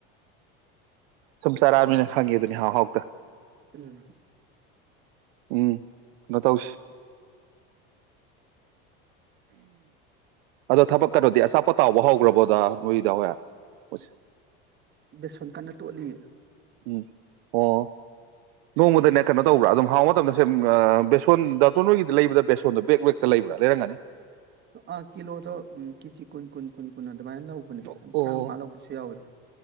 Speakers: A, on the right; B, on the right.
A: ꯁꯨꯝ ꯆꯔꯛꯑꯕꯥꯅꯤꯅꯥ ꯈꯪꯉꯦ ꯗꯨꯅꯤ ꯍꯥꯎ ꯍꯥꯎꯇꯥ
B: ꯎꯝ
A: ꯎꯝ ꯅ ꯇꯧꯁꯤ ꯑꯗꯣ ꯊꯕꯛ ꯀꯩꯅꯣꯗꯤ ꯑꯆꯥꯄꯣꯠ ꯇꯥꯎꯕ ꯍꯧꯈ꯭ꯔꯕꯣ ꯗꯥ ꯍꯣꯢ ꯗꯥ ꯍꯣꯏ ꯍꯨꯁ
B: ꯕꯦꯁꯣꯟ ꯀꯟꯅ ꯇꯣꯠꯂꯤꯌꯦ
A: ꯎꯝ ꯑꯣ ꯅꯣꯡꯃꯗꯅꯦ ꯀꯩꯅꯣ ꯇꯧꯕ꯭ꯔꯥ ꯑꯗꯨꯝ ꯍꯥꯎꯕ ꯃꯇꯝꯗ ꯁꯦꯝꯕꯔꯥ ꯁꯦ ꯕꯦꯁꯣꯟ ꯗꯥ ꯇꯣꯟ ꯅꯣꯏꯒꯤ ꯗ ꯂꯩꯕꯗ ꯕꯦꯁꯣꯟꯗꯣ ꯕꯦꯛ ꯕꯦꯛ ꯇ ꯂꯩꯕ꯭ꯔꯥ ꯂꯩꯔꯝꯒꯅꯤ
B: ꯑ ꯀꯤꯂꯣꯗꯣ ꯎ ꯀꯦꯖꯤ ꯀꯨꯟ ꯀꯨꯟ ꯀꯨꯟ ꯀꯨꯅ ꯅ ꯑꯗꯨꯃꯥꯏꯅ ꯂꯧꯕꯅꯦ
A: ꯑꯣ
B: ꯇꯔꯥꯃꯉꯥ ꯂꯧꯕꯁꯨ ꯌꯥꯎꯏꯤ